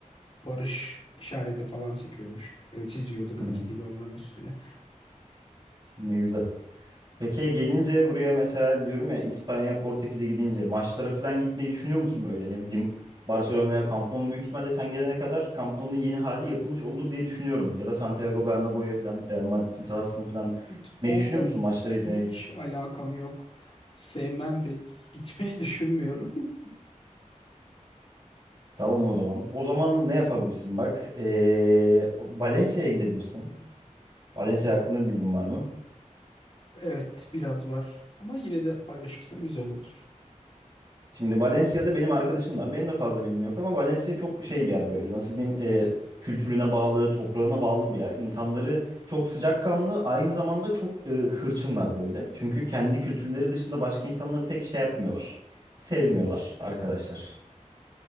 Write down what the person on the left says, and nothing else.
barış işareti falan çekiyormuş. E, çiziyordu grafitiyle
onların üstüne.
Futbolla
hiç alakam yok. Sevmem pek. Gitmeyi düşünmüyorum. <laughs>
Evet, biraz var. Ama yine de paylaşırsan güzel olur.